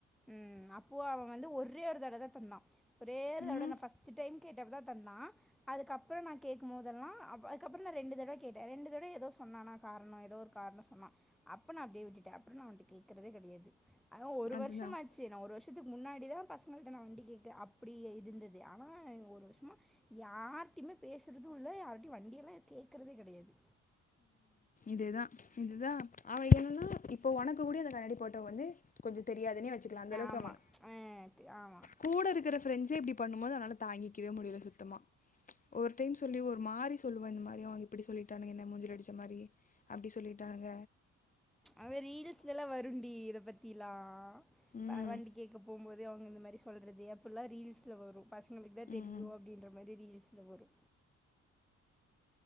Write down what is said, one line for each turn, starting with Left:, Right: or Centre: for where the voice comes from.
Centre: ம் அப்போ அவன் வந்து ஒரே ஒரு தர் அதத தந்தான் ஒரே ஒரு தடவ
Left: ம்
Centre: நா பஸ்ட்டு டைம் கேட்டப்பதா தந்தான் அதுக்கப்புறம் நா கேக்கும்போதெல்லா அதுக்கப்ற நா ரெண்டு தடவ கேட்டேன் ரெண்டு தடவ ஏதோ சொன்னான் ஆனா காரணம் ஏதோ ஒரு காரணம் சொன்னான் அப்ப நா அப்டியே விட்டுட்டேன் அப்புறம் நா அவன்ட கேக்றதே கிடையாது அஹ ஒரு
Left: அதுதான்
Centre: வருஷ் ட்டு மாச்சு நா ஒரு வருஷ் வருஷத்துக்கு முன்னாடிதா பசங்கள்ட நா வண்டி கேக் அப்டி இருந்தது ஆனா ஒரு வருஷமா யார்டையுமே பேசுறது இல்ல யார்டயு வண்டியெல்லா கேக்குறதே கெடையாது
Left: இதேதா இதுதா அவ என்னன்னா இப்போ உனக்கு கூட அந்த கண்ணாடி போட்டவ வந்து கொஞ்ச தெரியாதுனே வச்சுக்கலா அந்த அளவுக்கு
Centre: ஆமாம்
Left: அவன
Centre: ஆமாம்
Left: கூட இருக்குற ப்ரெண்ட்ஸ இப்டி பண்ணு போது அதனால தாங்கிக்கவே முடில சுத்தமா ஒரு டைம் சொல்லி ஒரு மாரி சொல்லுவா இந்த மாரி அவங்க இப்டி சொல்லிட்ட மூஞ்சில அடிச்ச மாரி அப்டி சொல்லிட்டாங்க
Centre: அவ ரீல்ஸ்லல்லா வருண்டி இத பத்திலா
Left: ம்
Centre: பால்வண்டி கேக்கு போம்போது அவுங்க இந்த மாரி சொல்றது எப்பல்லா ரீல்ஸ்ல வரு பசங்களுக்கு தா தெரியு
Left: ம்
Centre: அப்டின்ற மாரி ரீல்ஸ்ல வரு